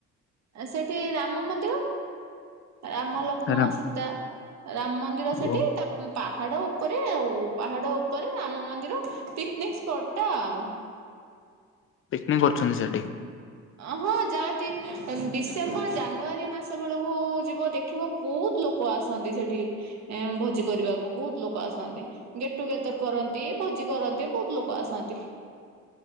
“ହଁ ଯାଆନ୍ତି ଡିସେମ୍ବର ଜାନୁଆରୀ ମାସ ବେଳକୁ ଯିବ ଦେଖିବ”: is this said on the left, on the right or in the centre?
Right